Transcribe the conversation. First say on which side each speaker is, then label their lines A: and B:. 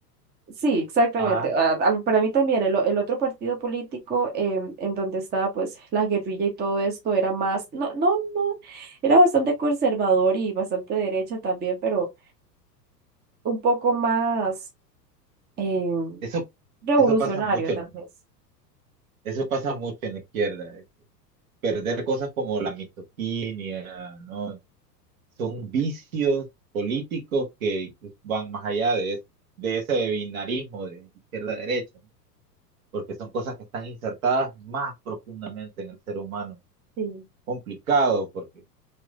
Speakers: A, on the right; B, on the right.
A: sí, exactamente,
B: Ajá.
A: a- a- para mí también, el, o- el otro partido político em, en donde estaba pues la guerrilla y todo esto era más, no, no, no, era bastante conservador y bastante derecha también, pero un poco más... em,
B: Eso,
A: revolucionario,
B: eso pasa mucho,
A: tal
B: ¿no?
A: vez.
B: Eso pasa mucho en la izquierda. eh. Perder cosas como la misoginia, ¿no? Son vicios políticos que incluso van más allá de, es- de ese binarismo de izquierda-derecha, ¿no? porque son cosas que están insertadas más profundamente en el ser humano.
A: Sí,
B: Complicado, porque